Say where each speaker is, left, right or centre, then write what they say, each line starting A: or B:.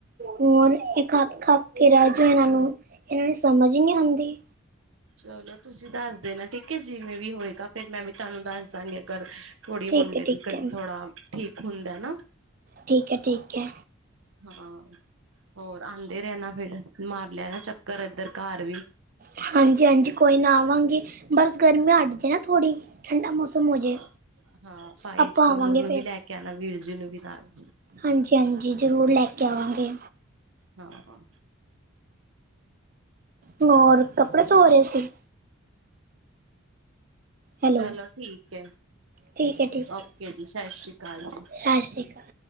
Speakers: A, on the right (about 40°); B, on the right (about 70°).
A: ਹੋਰ ਏ ਖਪ ਖਪ ਕੇ ਰੇ ਜੋ ਏਨਾਂ ਨੂੰ ਏ ਨੇ ਸਮਝ ਈ ਨੀ ਆਂਦੀ।
B: ਚਲੋ ਤੁਸੀਂ ਦਾਸ ਦੇਣਾ ਠੀਕ ਏ ਜਿਵੇਂ ਵੀ ਹੋਏਗਾ ਫੇਰ ਮੈਂ ਵੀ ਤਾਨੂੰ ਦਸ ਦਾਗੀ ਅਗਰ ਥੋੜੀ
A: ਠੀਕ
B: ਮੁੰਡੇ
A: ਹੈ ਠੀਕ
B: ਦੀ ਕੰਨੀ
A: ਹੈ
B: ਥੋੜਾ ਠੀਕ ਹੁੰਦੈ ਨਾ।
A: ਠੀਕ ਐ ਠੀਕ ਐ।
B: ਹਾਂ, ਹੋਰ ਆਂਦੇ ਰੈਨਾ ਫੇਰ ਮਾਰ ਲੇਨਾ ਚੱਕਰ ਏਧਰ ਘਾਰ ਵੀ।
A: ਹਾਂਜੀ- ਹਾਂਜੀ ਕੋਈ ਨਾ ਆਵਾਂਗੇ ਬਸ ਗਰਮੀ ਹੱਟ ਜੇ ਨਾ ਥੋੜ੍ਹੀ। ਠੰਡਾ ਮੌਸਮ ਹੋ
B: ਹਾਂ,
A: ਜੇ
B: ਹਾਂ ਪਾਈਜ
A: ਆਪਾਂ ਆਵਾਂਗੇ
B: ਉਨੂੰ ਵੀ ਲੈ ਕੇ ਆਣਾ ਵੀਰ ਜੀ ਨੂੰ ਵੀ ਨਾਲ।
A: ਹਾਂਜੀ-ਹਾਂਜੀ ਜਰੂਰ ਲੈ ਕੇ ਆਵਾਂਗੇ।
B: ਹਾਂ- ਹਾਂ।
A: ਹੋਰ ਕੱਪੜੇ ਧੋ ਰੇ ਸੀ? ਹੈਲੋ
B: ਚਲੋ ਠੀਕ ਏ
A: ਠੀਕ ਹੈ ਠੀਕ
B: ਓਕ
A: ਹੈ
B: ਕੇ ਜੀ ਸਸ਼੍ਰੀਕਾਲ ਜੀ।
A: ਸਤਿ ਸ਼੍ਰੀ ਅਕਾਲ